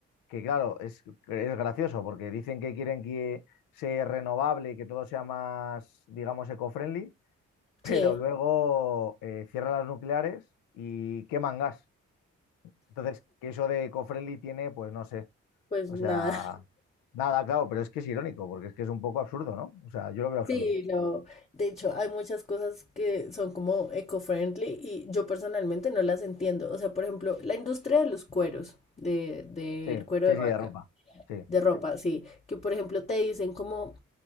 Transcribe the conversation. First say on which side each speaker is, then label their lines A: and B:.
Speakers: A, on the left (about 80°); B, on the left (about 20°).
A: que claro, es, es gracioso porque dicen que quieren que sea renovable y que todo sea más, digamos, eco-friendly, <laughs> pero
B: Sí.
A: luego eh, cierran las nucleares y queman gas. Entonces, que eso de eco-friendly tiene, pues no sé,
B: Pues
A: o
B: nada,
A: sea, nada, claro, pero es que es irónico porque es que es un poco absurdo, ¿no? O sea, yo
B: <laughs>
A: lo veo absurdo.
B: sí, lo, de hecho hay muchas cosas que son como eco-friendly y yo personalmente no las entiendo. O sea, por ejemplo, la industria de los cueros, de, del
A: Sí,
B: cuero
A: sí,
B: de
A: sí,
B: vaca,
A: de ropa. Sí,
B: de ropa, sí, que por ejemplo te dicen como,